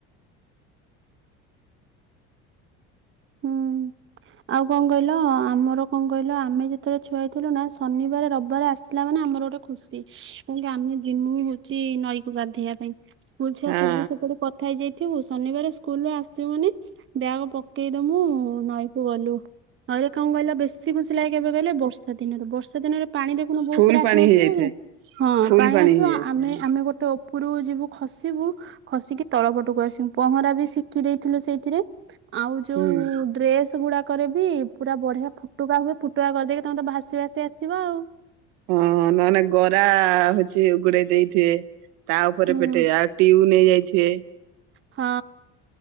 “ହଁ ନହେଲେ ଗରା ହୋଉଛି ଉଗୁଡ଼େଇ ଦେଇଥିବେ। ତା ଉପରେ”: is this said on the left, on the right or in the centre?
Right